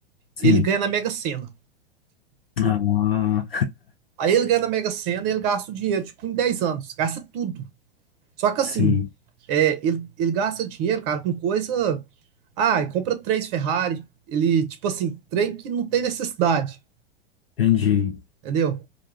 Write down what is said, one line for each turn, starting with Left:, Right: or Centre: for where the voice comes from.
Left: Sim.
Right: ele ganha na Mega Sena.
Left: Ah,
Right: Aí ele ganha na Mega Sena e ele gasta o dinheiro, tipo, em 10 anos. Gasta tudo. Só que
Left: sim,
Right: assim, é, ele, ele gasta dinheiro, cara, com coisa. Ah, e compra três Ferrari. Ele, tipo assim, trem que não tem necessidade.
Left: entendi.
Right: Entendeu?